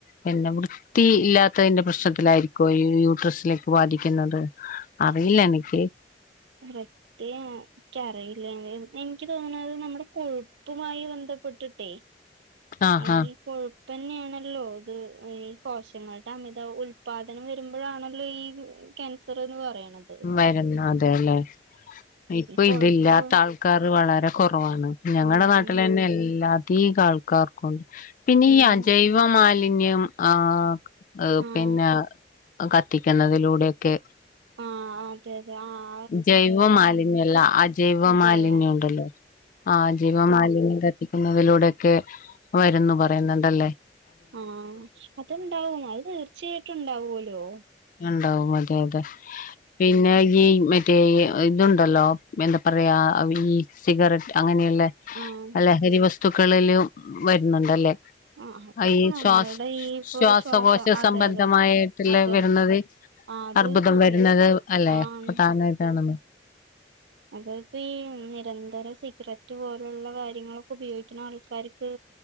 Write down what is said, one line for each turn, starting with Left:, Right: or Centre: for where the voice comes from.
Left: പിന്നെ വൃത്തി ഇല്ലാത്തതിന്റെ പ്രശ്നത്തിലായിരിക്കോ ഈ യൂട്രസിലേക്ക് ബാധിക്കുന്നത് അറിയില്ലഎനിക്ക്
Right: വൃത്തി ഇക്ക്യക്കറിയില്ല എങ്ങനേന്ന് എനിക്കി തോന്നന്നത് നമ്മുടെ കൊഴുപ്പുമായി ബന്ധപ്പെട്ടിട്ടേ
Left: ആഹ്
Right: ഈ കൊഴുപ്പന്നേണല്ലോ ഇത് ഈ കോശങ്ങൾടെ അമിത ഉൽപാദനം വരുമ്പോഴാണല്ലോ ഈ ക്യാൻസറ്ന്ന് പറയ്ണത്
Left: വരന്നു അതേല്ലേ ഇപ്പൊഇതില്ലാത്ത
Right: ഈ കൊഴുപ്പ്
Left: ആൾ ക്കാറ് വളരെകുറവാണ് ഞങ്ങളെ
Right: അതന്നെ
Left: നാട്ടിലെന്നേഎല്ലാധീകാൾക്കാർക്കും പിന്നെ
Right: ഉം
Left: ഈ അജൈവമാലിന്യം ആഹ്
Right: ആഹ്
Left: പിന്നെ കത്തിക്കുന്നതിലൂടൊയൊക്കെ
Right: ആഹ് അതെ അതെ ആഹ്
Left: ജൈവമാലിന്യല്ല അജൈവമാലിന്യോണ്ടല്ലോ
Right: അജൈവം
Left: ആഹ് അജൈവമാലിന്യ കത്തിക്കുന്നതിലൂടെയൊക്കെ വരുന്നു പറയ്ന്ന്ണ്ടല്ലേ
Right: ആഹ് അത്ണ്ടാവും അഹ് തീർച്ചയായിട്ടും ഉണ്ടാവോല്ലോ
Left: ഇണ്ടാവും അതെ അതെ പിന്നെ ഈ മറ്റേ ഇതുണ്ടല്ലോ എന്താപറയാ ഈസിഗററ്റ് അങ്ങനെയുള്ളേ
Right: ആഹ്
Left: ലഹരി വസ്തുക്കളിലും വരുന്നുണ്ടല്ലേ
Right: ആഹ് അതിപ്പോ
Left: ഐ ഈശ്വാസ്
Right: നമ്മളുടെ ഈ ഇപ്പൊ
Left: ശ്വാസകോശ
Right: ശ്വാസം അതെ
Left: സംബന്ധമായിട്ട്ള്ളേ
Right: അതെ അതെ
Left: വെരുന്നത്
Right: ആഹ് അത്
Left: അർബുദംവെര്ന്നത്
Right: പ്രതിഫലിക്കും
Left: അല്ലെ
Right: ആഹ്
Left: പ്രധാനഇതാണെന്ന്
Right: അത് ഈ നിരന്തരം സിഗരറ്റ് റ്റ്പോലുള്ള കാര്യങ്ങളൊക്കെ ഉപയോഗിക്ക്ണആൾക്കാര്ക്ക്